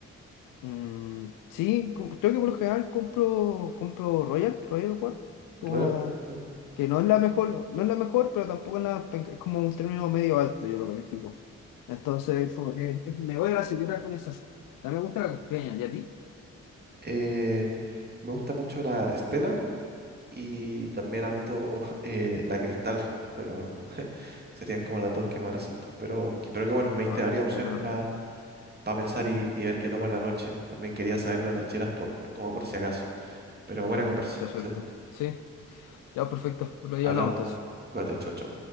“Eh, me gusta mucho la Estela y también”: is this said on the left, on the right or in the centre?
Right